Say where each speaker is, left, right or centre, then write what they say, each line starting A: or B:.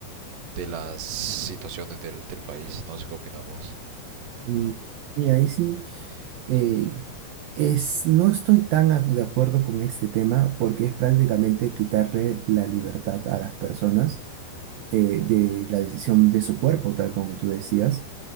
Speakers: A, on the right; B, on the right.
A: de las situaciones del, del país. No sé qué opinas vos.
B: Mm, Mira, ahí sí, eh, Es, no estoy tan a- de acuerdo con este tema porque es prácticamente quitarle la libertad a las personas eh, de la decisión de su cuerpo, tal como tú decías,